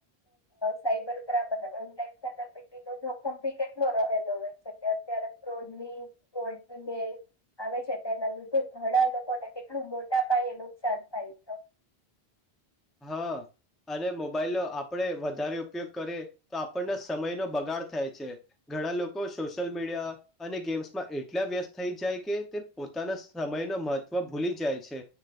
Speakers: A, on the left; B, in the centre.
A: સાબર ક્રમ સા કંપી કેટલો રહેલો હોય છે કે અત્યારે કોડની આવે છે તેના લીધે ઘણા લોકોને કેટલું મોટા પાયે નુકસાન થાય છે <inaudible>
B: હા અને મોબાઈલ નો આપણે વધારે ઉપયોગ કરીએ તો આપણને સમય નો બગાડ થાય છે ઘણા લોકો સોશિયલ મીડિયા અને ગેમ્સમાં એટલા વ્યસ્ત થઈ જાય કે તે પોતાના સમય ન મહત્વ ભૂલી જાય છે